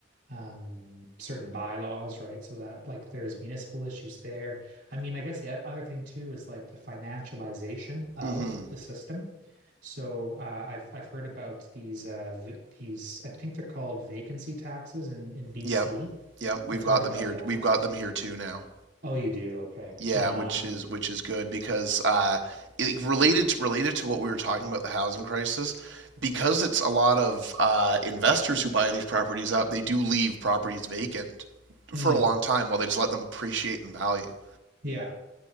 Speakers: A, on the right; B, on the right.
A: um certain bylaws right so that like there's municipal issues there i mean i guess the other thing too is like the financialization of
B: Mm-hmm.
A: the system so uh, i've i've heard about these uh v these i think they're called vacancy taxes in in BC
B: Yep. Yep. We've
A: i've
B: got
A: heard about
B: them here.
A: that
B: We've got them here too now.
A: oh you do okay
B: Yeah,
A: um
B: which is which is good because uh, it, related to, related to what we were talking about the housing crisis, because it's a lot of uh, investors who buy these properties up, they do leave properties vacant
A: hmm
B: for a long time while they just let them appreciate in value.
A: yeah